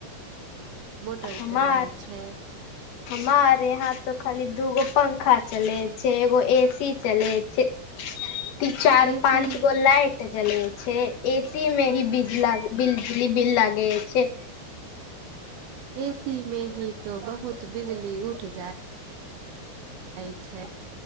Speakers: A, on the right; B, on the left.
A: मोटर
B: हमार
A: चलै छै
B: हमारे यहाँ तो खाली दूगो पंखा चले छगो एसी सी चल छै ती चार
A: एसी
B: पाँच गो लाइट जल छै एसी मे ही बज बिजली बिल लागे छै
A: ए सी में ही तो बहुत बिजली उठ जाय होइ छथि